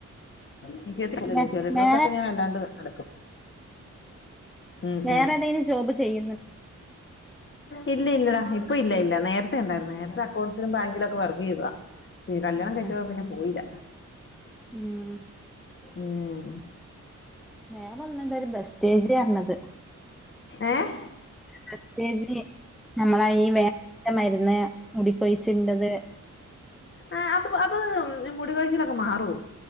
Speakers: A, on the left (about 40°); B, in the centre.
A: എനി കേട്ടല്ലല്ല
B: വേ
A: ചെളി ഡ്രസ്സൊക്കെ
B: വേറെ
A: ഞാൻ അല്ലാണ്ട് അലക്കും ഉം
B: വേറെ
A: ഉം
B: ഏതേങ്കിലും ജോബ് ചെയ്യുന്നു
A: ഇല്ല ഇല്ലടാ ഇപ്പ ഇല്ല ഇല്ല നേരത്തണ്ടായിരുന്നു നേരത്തെ അക്ക ബാങ്കിലൊക്കെ വർക്ക് ചെയ്തതാ പി കല്യാണം
B: അങ്ങനെ
A: കഴിച്ച പിന്നെ പോയില്ല
B: ഉം
A: ഉം
B: വേറെവന്നിണ്ട ഒരു ബസ് സ്റ്റേജ് പറഞ്ഞത്
A: ഏഹ്
B: പ്രത്യേജി നമ്മള ഈ വേ മരുന്ന് മുടിക്കൊഴിച്ചിണ്ടത്
A: ആഹ് അത് അത് മുടികൊഴിച്ചിലൊക്കെ മാറോ?